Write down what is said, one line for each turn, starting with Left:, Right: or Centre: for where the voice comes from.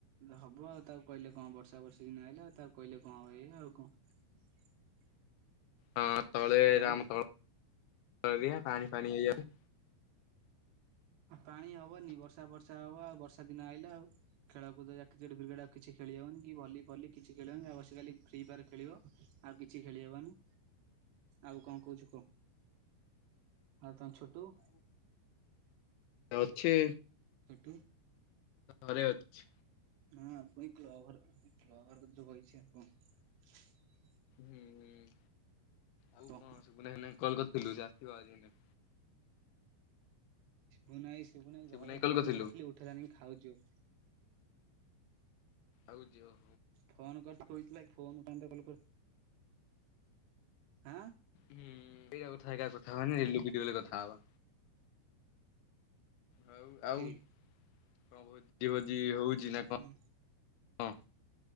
Right: ହବ ଆଉ ତାକୁ କହିଲେ କଣ ବର୍ଷା ବର୍ଷି ଦିନ ଆଇଲା ଆଉ ତାକୁ କହିଲେ କଣ ହବ ଏଇ ଆଉ କଣ?
Left: ହଁ। ତଳେ
Right: ଆଉ
Left: ଆମ ତଳ ଅଭିକା ପାଣି ପାଣି ହେଇଯାଉଛି।
Right: ଆଉ ପାଣି ହବନି ବର୍ଷା ଫର୍ଷା ହବ ଆଉ ବର୍ଷା ଦିନ ଆଇଲା ଆଉ ଖେଳକୁଦ ଯାହା କ୍ରିକେଟ୍ ଫ୍ରିକେଟ ଆଉ କିଛି ଖେଳି ହବନି କି ଭଲି ଫଲି କିଛି ଖେଳିହବନି। ଯାହା ବସି ଖାଲି ଫ୍ରି ଫାୟାର ଖେଳିବ ଆଉ କିଛି ଖେଳି ହବନି। ଆଉ କଣ କହୁଛୁ କହ। ଆଉ ତମ ଛୋଟୁ
Left: <unintelligible> ଛି
Right: ଟୁ?
Left: ଘରେ ଅଛି।
Right: ନାଁ ଆପ୍ କହିଁ କ୍ଲବ ଘରେ କ୍ଲବ୍ ଘର କତିରେ ବଇଚି ଆଉ।
Left: ହୁଁ ହୁଁ। ଆଉ
Right: କହ
Left: କଣ ସିପୁନା ଭାଇନାଙ୍କୁ କଲ କରିଥିଲୁ ସେ ଆସିବ ଆଜି ବୋଲି।
Right: ଓ ନାଇସ। ସିପୁନା ଭାଇ
Left: ଶିବୁନୁ
Right: ଘରକୁ
Left: କଲ୍
Right: ଫୋନ
Left: କରିଥିଲୁ
Right: କରିଥିଲି ଉଠେଇଲାନି ଖାଉଛି ବୋଲି
Left: ଆଉ ଯିବ।
Right: ଫୋନ୍ କରିି କହିଥିଲା କି ଫୋନ୍ ଉଠାନ୍ତା କଲ୍ କରି ଆଁ
Left: ହୁଁ। ଏଇକା କଥା ଏଇକା କଥା ହବାନି ରେଲୁ ଭିଡ଼ିଓରେ କଥା ହବା। ହଉ ଆଉ
Right: କିଏ?
Left: କଣ କହୁଚି ଯିବନି। ଯିବି ହଉଛି ନା
Right: ହୁଁ
Left: କଣ? ହଁ।